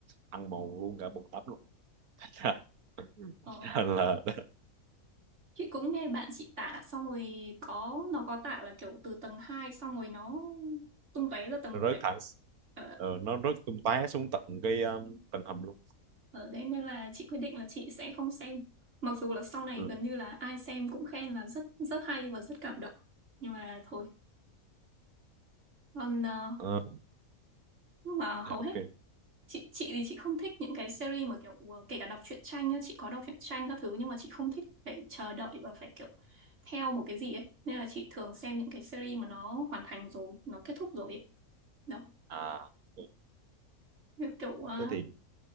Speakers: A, on the right (about 80°); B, on the right (about 50°).
A: ăn mòn luôn cả bồn tắm luôn <laughs>
B: ờ,
A: là, là
B: chị cũng nghe bạn chị tả xong rồi có nó có tả là kiểu từ tầng 2 xong rồi nó tung tóe ra tầng
A: nó
B: 1
A: rớt
B: ấy
A: thẳng
B: Ờ,
A: ờ, nó rớt tung tóe xuống tận cái ờ, tầng hầm luôn
B: Ở đấy nên là chị quyết định là chị sẽ không xem. Mặc dù là sau này
A: ừ.
B: gần như là ai xem cũng khen là rất rất hay và rất cảm động. Nhưng mà thôi. Còn ờ,
A: Ờ,
B: nhưng mà hầu
A: dạ,
B: hết
A: ok
B: chị chị thì chị không thích những cái series mà kiểu ờ, kể cả đọc truyện tranh nhá, chị có đọc truyện tranh các thứ nhưng mà chị không thích phải chờ đợi và phải kiểu theo một cái gì ấy. Nên là chị thường xem những cái series mà nó hoàn thành rồi, nó kết thúc rồi ấy. Đó.
A: à ok.
B: Việc kiểu ờ,
A: thế thì